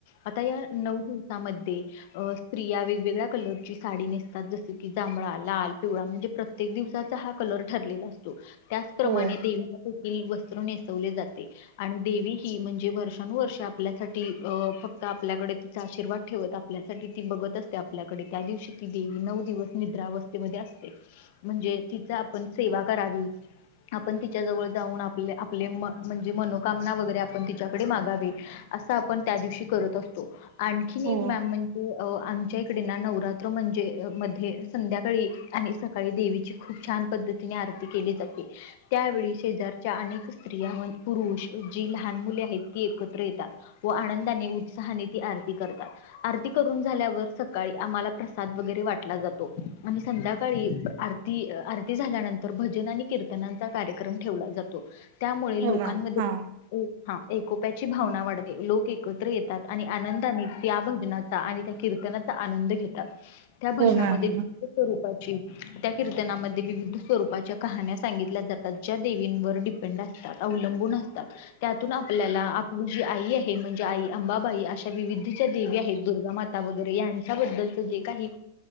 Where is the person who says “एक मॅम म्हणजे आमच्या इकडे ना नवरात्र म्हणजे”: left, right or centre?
Left